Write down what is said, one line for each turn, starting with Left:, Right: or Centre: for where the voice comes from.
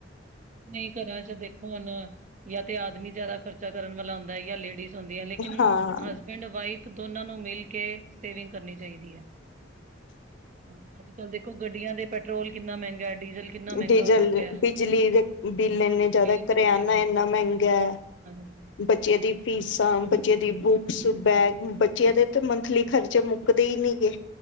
Right: ਨਈ ਘਰਾਂ ਚ ਦੇਖੋ ਮਤਲਬ, ਜਾਂ ਤੇ ਆਦਮੀ ਜਿਆਦਾ ਖਰਚਾ ਕਰਨ ਵਾਲਾ ਹੁੰਦਾ ਜਾਂ ਲੇਡੀਜ਼। ਹੁੰਦੀ ਐ, ਲੇਕਿਨ
Left: ਹਾਂ
Right: ਹਸਬੈਂਡ ਵਾਈਫ ਦੋਨਾਂ ਨੂੰ ਮਿਲ ਕੇ ਸੇਵਿੰਗ ਕਰਨੀ ਚਾਈਦੀ ਐ। ਹੁ, ਅੱਜ -ਕੱਲ ਦੇਖੋ ਗੱਡੀਆਂ ਦੇ ਪੈਟਰੋਲ ਕਿੰਨਾ ਮੇਂਗਾ ਡੀਜ਼ਲ ਕਿੰਨਾ ਮਹਿੰਗਾ
Left: ਡੀਜ਼ਲ,
Right: ਹੋਇਆ ਪਿਆ।
Left: ਬਿਜਲੀ ਦੇ ਬਿੱਲ ਇੰਨੇ ਜ਼ਾਦਾ
Right: ਬਿੱਲ
Left: ਕਰਿਆਨਾ
Right: ਕਿੰਨੇ ਹੈਗੇ
Left: ਏਨਾ ਮੇਂਗਾ ਆ।
Right: ਹਾਂਜੀ।
Left: ਬੱਚੇਆ ਦੀ ਫੀਸਾਂ, ਬੱਚੇਆ ਦੀ ਬੁੱਕਸ, ਬੈਗ ਬੱਚਿਆਂ ਦੇ ਤਾਂ ਮੰਥਲੀ ਖਰਚੇ ਮੁ ਮੁੱੱਕਦੇ ਈ ਨਈ ਗੇ,